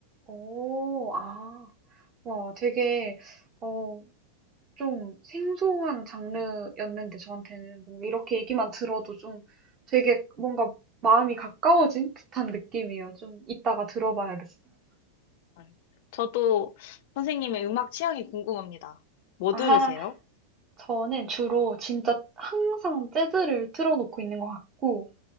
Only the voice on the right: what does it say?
어. 아. 와 되게 어 좀 생소한 장르였는데 저한테는 뭔가 이렇게 얘기만 들어도 좀 되게 뭔가 마음이 가까워진 듯한 느낌이에요. 좀 이따가 들어봐야겠어요.
아.
<laughs> 저는 주로 진짜 항상 재즈를 틀어 놓고 있는 것 같고